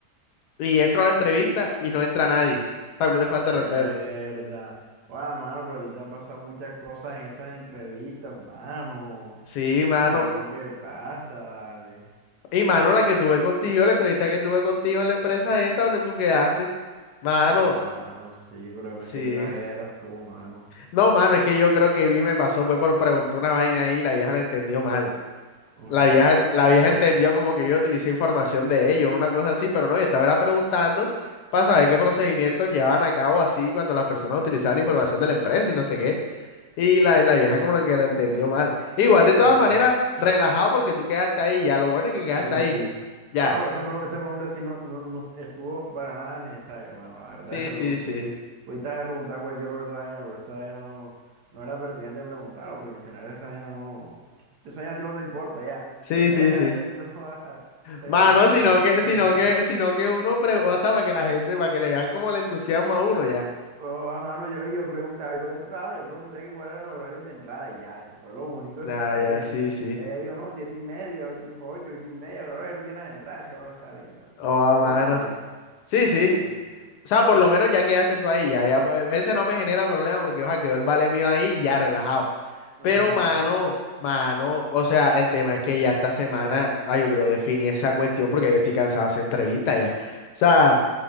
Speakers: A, on the left; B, on the right.
A: y entro a la entrevista y no entra nadie. Tal le falta
B: Verdad.
A: de respeto.
B: Guau, mano, pero a ti te han pasado muchas cosas en esas entrevistas, mano.
A: Sí, mano.
B: Ah, ¿qué es lo que pasa, vale?
A: Y mano, la que tuve contigo, la entrevista que tuve contigo en la empresa esta donde tú quedaste. Mano,
B: No, ah, mano, sí, pero yo pensé
A: sí.
B: que ibas a ir, eras tú, mano.
A: No, mano, es que yo creo que vi, me pasó, fue por preguntar una vaina ahí y la vieja la entendió mal.
B: No,
A: La vieja,
B: ah,
A: la
B: mano.
A: vieja entendió como que yo utilicé información de ellos, una cosa así, pero no, yo estaba era preguntando para saber qué procedimientos llevaban a cabo así cuando las personas utilizaban información de la empresa y no sé qué. Y la, la vieja como que la entendió mal. Igual, de todas
B: Mano.
A: maneras, relajado porque tú quedaste ahí, ya lo bueno es que quedaste
B: Sí,
A: ahí.
B: sí.
A: Ya,
B: No, pero esta, pregu- esta pregunta sí no, no, no estuvo para nada necesaria, mano. La verdad,
A: sí,
B: esta
A: sí,
B: pregunta
A: sí.
B: sí. Ahorita he preguntado cualquier otra vaina, pero esa vaina no, no era pertinente preguntarlo, porque al final esa vaina no. Esa vaina a ti no te importa, ya.
A: Sí,
B: Lo que
A: sí,
B: vayas
A: sí.
B: a hacer, <laughs> tú no vas a. Esa
A: Mano,
B: vaina a ti no te va
A: sino
B: a importar.
A: que, sino que,
B: <laughs>
A: sino que uno, pre- o sea, para que la gente, para que le vean como le entusiasma a uno ya.
B: Oh, va, mano, yo, yo pregunté algo del trabajo, yo pregunté que cuáles eran los horarios de entrada y ya, eso fue lo único, eso
A: Ah,
B: está
A: ya,
B: bien.
A: sí,
B: que-
A: sí.
B: Ella dijo, no, siete y media, ocho, y- ocho, ocho y media, la hora que tú quieras entrar, esa hora sale y tal.
A: Oh,
B: Bueno,
A: a mano.
B: pero está bien.
A: Sí,
B: Está
A: sí.
B: bien.
A: O sea, por lo menos ya quedaste tú ahí, ya, ya. eh, Ese no me genera problema porque, ojalá quedó el vale mío ahí y ya relajado.
B: Ujú.
A: Pero, mano, mano, o sea, el tema es que ya esta semana, ay, yo creo definí esa cuestión porque yo estoy cansado de esa entrevista ya. O sea.